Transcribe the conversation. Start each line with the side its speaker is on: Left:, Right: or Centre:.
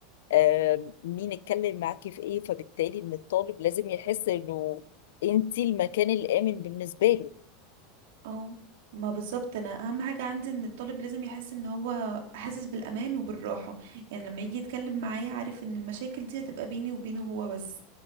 Left: آم، مين اتكلم معاكي في ايه فبالتالي ان الطالب لازم يحس انه انت المكان الآمن بالنسبة له
Right: اه ما بالظبط انا اهم حاجة عندي ان الطالب لازم يحس ان هو حاسس بالامان وبالراحة يعني لما يجي يتكلم معايا عارف ان المشاكل دي هتبقى بيني وبينه هو بس